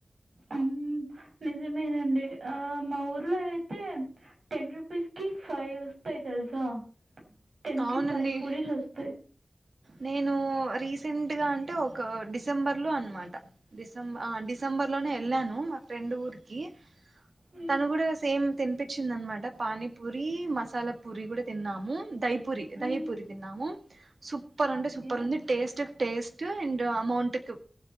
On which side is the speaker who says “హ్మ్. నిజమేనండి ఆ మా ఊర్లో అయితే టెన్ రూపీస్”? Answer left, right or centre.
Right